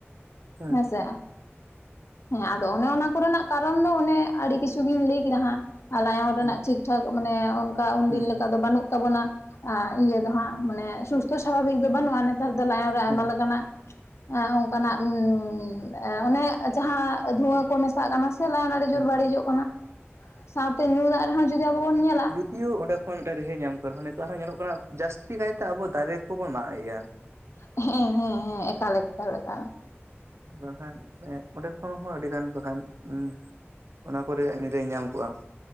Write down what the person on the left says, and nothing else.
᱾
ᱦᱮᱸ ᱥᱮ‌ ᱾ ᱦᱮᱸᱻᱟᱫᱚ, ᱚᱱᱮ ᱚᱱᱟ ᱠᱚ ᱨᱮᱱᱟᱜ, ᱠᱟᱨᱚᱱ ᱫᱚ, ᱚᱱᱮ ᱟᱹᱰᱤ ᱠᱤᱪᱷᱩ ᱜᱤᱧ, ᱞᱟᱹᱭ ᱠᱮᱫᱟ ᱦᱟᱸᱜ ᱾ ᱟᱞᱟᱭᱚᱱ ᱨᱮᱱᱟᱜ,
ᱴᱷᱤᱠ ᱴᱷᱟᱠ ᱢᱟᱱᱮ, ᱚᱱᱠᱟ ᱩᱱᱫᱤᱱ
ᱞᱮᱠᱟ ᱫᱚ, ᱵᱟᱹᱱᱩᱜ ᱛᱟᱵᱚᱱᱟ᱾ ᱟᱸᱻ ᱤᱭᱟᱹ ᱫᱚ ᱦᱟᱸᱜ, ᱢᱟᱱᱮ ᱥᱩᱥᱛᱷ ᱥᱟᱵᱷᱟᱵᱤᱠ ᱫᱚ ᱵᱟᱹᱱᱩᱜᱼᱟ, ᱱᱮᱛᱟᱨ ᱫᱚ ᱞᱟᱭᱚᱝ ᱨᱮ, ᱟᱭᱢᱟ
ᱞᱮᱠᱟᱱᱟᱜ ᱟᱻ ᱚᱱᱠᱟᱱᱟᱜ, ᱩᱡ, ᱚᱱᱮ ᱡᱟᱦᱟᱸ ᱟᱫᱷᱩᱣᱟᱹ ᱠᱚ ᱢᱮᱥᱟᱜ ᱠᱟᱱᱟ, ᱥᱮ ᱞᱟᱭᱚᱝ ᱟᱹᱰᱤ ᱡᱳᱨ
ᱵᱟᱹᱲᱤᱡᱚᱜ
ᱠᱟᱱᱟ ᱾ ᱥᱟᱶᱛᱮ ᱧᱩ ᱫᱟᱜ ᱨᱮᱦᱚᱸ, ᱡᱩᱫᱤ, ᱟᱵᱚ ᱵᱚᱱ ᱧᱮᱞᱟ
ᱦᱮᱸ, ᱦᱮᱸ ᱦᱮᱸ, ᱮᱠᱟᱞ, ᱮᱠᱟᱞ ᱮᱠᱟᱞ ᱾